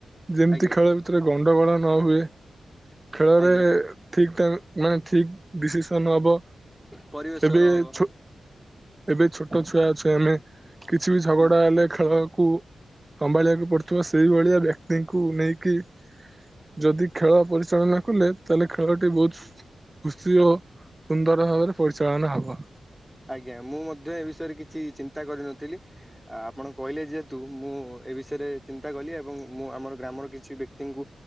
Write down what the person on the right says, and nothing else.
ଯେମିତି
ଖେଳ ଭିତରେ ଗଣ୍ଡଗୋଳ ନ ହୁଏ। ଖେଳରେ
ଠିକ ଠାକ ମାନେ ଠିକ ଡିସିସନ ହବ।
ଏବେ
ଛୋ
ଏବେ ଛୋଟ ଛୁଆ ଅଛେ ଆମେ କିଛି ବି ଝଗଡା
ହେଲେ ଖେଳ କୁ ସମ୍ଭାଳିବାକୁ ପଡୁଥିବ ସେଇଭଳିଆ ବ୍ୟକ୍ତିଙ୍କୁ ନେଇକି ଯଦି ଖେଳ ପରିଚାଳନା କଲେ ତାହେଲେ ଖେଳଟି ବହୁତ ଖୁସି ଓ ସୁନ୍ଦର ଭାବରେ ପରିଚଳନା ହବ।